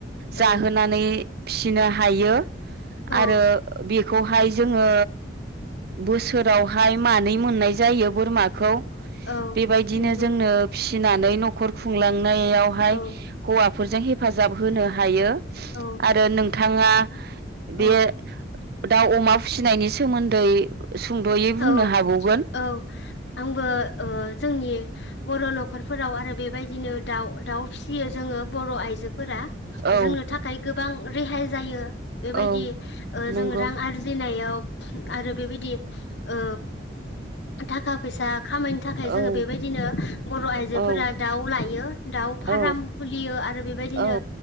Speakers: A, on the left (about 65°); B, on the right (about 55°).
A: औ
B: जाहोनानै। फिसिनो हायो।
A: औ
B: आरो बेखौहाय। ओ बोसोरावहाय मानै मोननाय जायो बोरमाखौ।
A: औ
B: बेबायदिनो
A: नंगौ
B: जोंनो फिनानै नखर खुंलांनायावहाय
A: औ
B: हौवाफोरजों हेफाजाब। जाब होनो हायो।
A: औ
B: आरो नों थाङा
A: औ
B: बे दाउ अमा फिसिनायनि सोमोन्दै सुंद'यै
A: औ
B: बुंनो हाबावगोन
A: औ आंबो ओ जोंनि बर' नखरफोराव आरो बेबायदिनो दाउ दाउ फिसियो जोङो बर आइजो फोरा
B: औ
A: जोंनो थाखाय गोबां रेहाय जायो। बेबायदि
B: औ
A: ओ
B: नंगौ
A: जों रां आरजिनायाव आरो बेबायदि ओ थाखा फैसा खामायनो थाखाय जोङो
B: औ
A: बेबायदिनो बर' आइजोफोरा
B: औ
A: दाउ लायो दाउ फार्म
B: औ
A: खुलियो आरो बेबायदिनो
B: औ